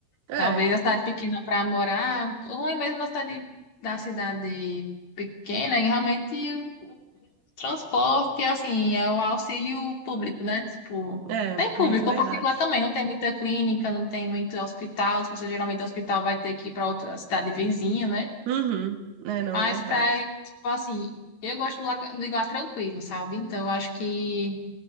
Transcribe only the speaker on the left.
Talvez a cidade pequena para morar, ruim mesmo a cidade, da cidade pequena, é realmente o transporte, assim, é o auxílio público, né? Tipo,
tem público,
ou particular também, não tem muita clínica, não tem muito hospital, as pessoas geralmente do hospital vai ter que ir para outra cidade vizinha, né?
Mas
pra, tipo assim, eu gosto do lugar, do lugar tranquilo, sabe? Então, eu acho que